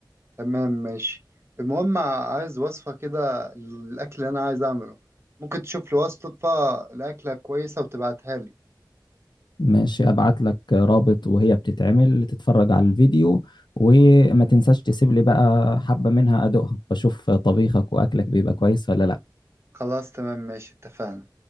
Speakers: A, on the right; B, on the left.
A: تمام ماشي المهم عايز وصفة كده للأكل اللي أنا عايز أعمله ممكن تشوف لي وصفة لأكلة كويسة وتبعتها لي
B: ماشي ابعت لك رابط وهي بتتعمل تتفرج على الفيديو وما تنساش تسيب لي بقى حبة منها ادوقها بشوف طبيخك واكلك بيبقى كويس ولا لا
A: خلاص تمام ماشي اتفقنا